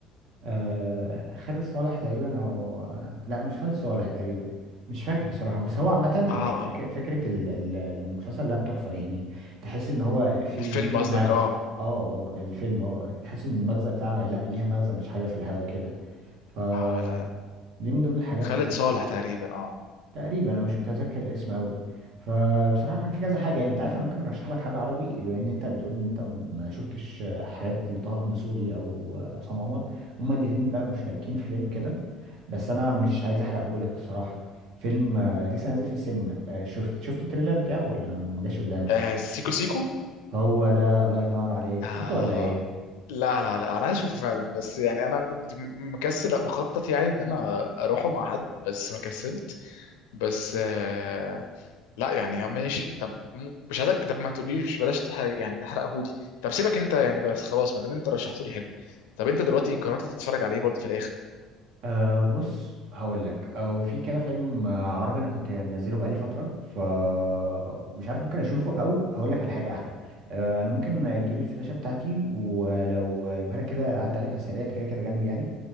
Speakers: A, on the right; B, on the left.
A: آه خالد صالح تقريبا او لا مش خالد صالح تقريبا مش فاكر الصراحة بس هو عامة إيه،
B: اه
A: فك-
B: اه
A: فكرة ال- ال- المسلسل لا تحفة يعني تحس ان هو في
B: الفيلم
A: في
B: قصدك
A: مغزى
B: اه
A: اه اه الفيلم اه تحس ان المغزى بتاعه لا ليها مغزى مش حاجة في الهوا كده فدي
B: اه لا
A: من ضمن الحاجات
B: خالد صالح تقريبا اه
A: تقريبا انا مش متذكر الاسم قوي فبصراحه كان في كذا حاجه يعني انت عارف انا ممكن ارشح لك حاجه عربي بما ان انت بتقول ان انت ما شفتش حاجات لطه دسوقي او عصام عمر هما الاثنين بقى مشتركين في فيلم كده بس انا مش عايز احرقه لك الصراحه فيلم آه، لسه نازل في السينما آه، شفت شفت التريلر بتاعه ولا ما جاش قدامك
B: آه، سيكو سيكو
A: هو ده الله ينور عليك
B: آه
A: شفته ولا ايه
B: لا لا لا انا عايز اشوفه فعلا بس يعني انا كنت م- مكسل أو مخطط يعني ان انا اروحه مع حد بس ما كسلت بس آه لا يعني ماشي طب م- مش عايزك طب ما تقوليش بلاش تحرق يعني تحرقهولي طب سيبك انت يعني بس خلاص ما دام انت رشحته لي حلو طب انت دلوقتي قررت تتفرج عليه برضه في الاخر
A: أه بص هقول لك آه، هو في كده فيلم آه، عربي انا كنت منزله بقالي فتره فمش عارف ممكن اشوفه او هقول لك على حاجه احلى أه انا ممكن اجيب الفلاشه بتاعتي ولو اجيبها لك كده عدى عليك على السريع أنت كده كده جنبي يعني